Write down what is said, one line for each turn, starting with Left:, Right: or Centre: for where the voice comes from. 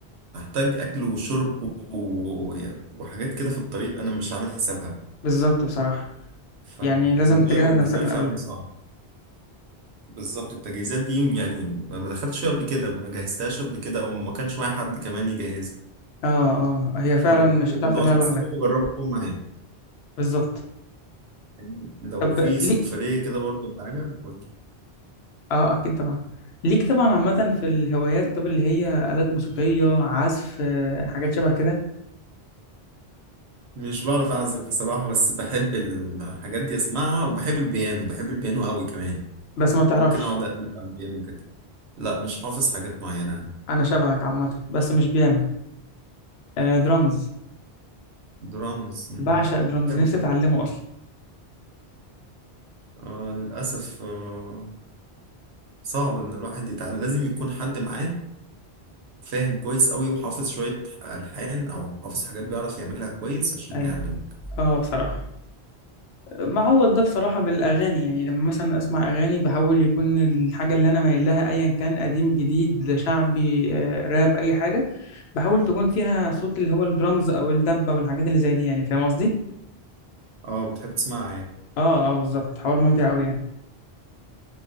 Right: هحتاج اكل وشرب و... وحاجات كده في الطريق انا مش عامل حسابها
Left: بالظبط بصراحه
Right: فالموضوع
Left: يعني لازم تجهز
Right: يبقى بالنسبه
Left: نفسك
Right: لي
Left: من
Right: فعلا
Left: قبلها
Right: صعب بالظبط التجهيزات دي يعني ما ما دخلتش فيها قبل كده ما جهزتهاش قبل كده او ما كانش معايا حد كمان يجهزها
Left: اه اه هي فعلا
Right: فبالنسبه
Left: مش
Right: لي الموضوع
Left: هتعرف تعملها
Right: صعب
Left: لوحدك
Right: بس حابب اجربه معاك
Left: بالظبط
Right: يعني لو
Left: طب
Right: في
Left: ليه
Right: سفريه كده برضه بالعجل قول لي.
Left: اه اكيد طبعا ليك طبعا عامة في الهوايات طب اللي هي آلات موسيقية عزف آه، حاجات شبه كده
Right: مش بعرف اعزف بصراحه بس بحب الحاجات دي اسمعها وبحب البيانو بحب البيانو قوي كمان
Left: بس ما بتعرفش
Right: ممكن اقعد اقلب على البيانو كده لا مش حافظ حاجات معينه
Left: انا شبهك عامة بس مش بيانو آه درامز
Right: درامز مم.
Left: بعشق درامز
Right: حلو
Left: نفسي
Right: جدا
Left: اتعلمه اصلا
Right: آه للأسف آه صعب إن الواحد يتعلم لازم يكون حد معاه فاهم كويس أوي وحافظ شوية ألحان أو حافظ حاجات بيعرف يعملها كويس عشان
Left: ايوه
Right: يعلمك
Left: اه بصراحة معوض ده بصراحة بالأغاني يعني لما مثلا أسمع أغاني بحاول يكون الحاجة اللي أنا مايل لها أيا كان قديم جديد شعبي آه، راب أي حاجة بحاول تكون فيها صوت اللي هو الدرامز أو الدبة والحاجات اللي زي دي يعني فاهم قصدي؟
Right: اه بتحب تسمعها يعني
Left: اه اه بالظبط حوار ممتع أوي يعني